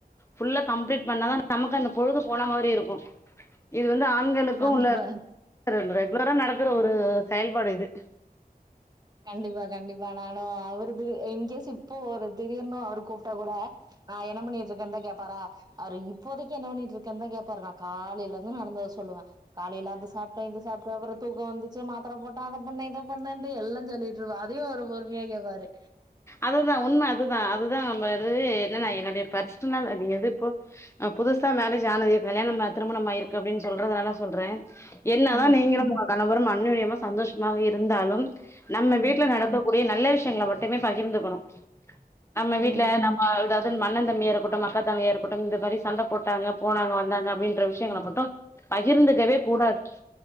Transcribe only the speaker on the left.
புல்ல கம்ப்ளீட் பண்ணாதான் நமக்கு அந்த பொழுது போன மாதிரி இருக்கும் இது வந்து ஆண்களுக்கும்
உள்ள பெண்களுக்கும் ரெகுலரா நடக்கற ஒரு செயல்பாடு இது
அதுதான் உண்ம அதுதான் அதுதான் நம்ம எது என்னன்னா என்னுடைய பர்சனலல் நீங்க எது இப்போ புதுசா மேரேஜ் ஆனது கல்யாணம் திருமணமிருக்கு அப்படின்னு சொல்றதுனால சொல்றேன் என்னாதான்
நீங்க மா கணவரும் அண்ணுழியமா சந்தோஷமாக இருந்தாலும் நம்ம
வீட்டுல நடக்ககூடிய நல்ல விஷயம் எங்கள மட்டுமே பகிர்ந்துக்கணும் நம்ம
வீட்டு்ல நம்ம ஏதாவுது நம்மண்ண தம்பியா இருக்கட்டும் மக்கத்தங்கயா இருக்கட்டும் இந்த மாதிரி சண்ட போட்டாங்க போனாங்க வந்தாங்க அப்புடின்னு விஷயங்கள
மட்டும் பகிர்ந்துக்கவே கூடாது